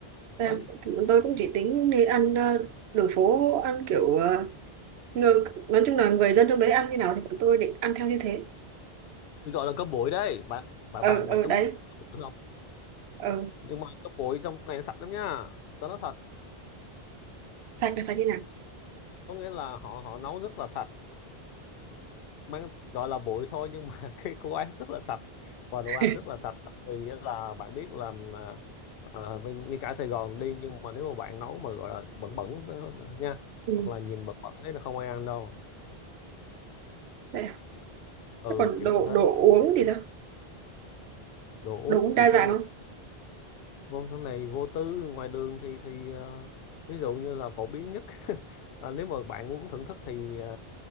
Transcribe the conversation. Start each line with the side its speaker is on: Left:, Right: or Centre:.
Right: Em,
Left: đấy
Right: tôi cũng chỉ tính đi ăn ờ, đường phố ăn kiểu ờ, người, nói chung là người dân trong đấy ăn như nào thì bọn tôi định ăn theo như thế
Left: Tôi gọi là cơm bụi đấy bạn bạn
Right: ờ
Left: bạn
Right: ờ
Left: bạn có
Right: đấy
Left: biết cơm bụi không
Right: ờ
Left: nhưng mà cơm bụi trong này sạch lắm nha tao nói thật
Right: sạch là sạch như nào
Left: có nghĩa là họ họ nấu rất là sạch mang gọi là bụi thôi nhưng mà <laughs> cái cô ăn rất là sạch và đồ
Right: <laughs>
Left: ăn rất là sạch vì là bạn biết là ờ, bên- ngay cả Sài Gòn đi nhưng mà nếu mà bạn nấu mà gọi là bẩn bẩn đó nha
Right: ừ,
Left: hoặc là nhìn bẩn bẩn đấy là không ai ăn đâu
Right: đấy. ạ.
Left: ừ
Right: Thế còn
Left: kiểu
Right: đồ
Left: như thế
Right: đồ uống thì sao
Left: đồ uống
Right: đồ uống đa
Left: thì
Right: dạng
Left: trong
Right: không
Left: môn sau này vô tư ngoài đường thì thì ờ, ví dụ như là phổ biến nhất <laughs> ờ, nếu mà bạn muốn thưởng thức thì ờ,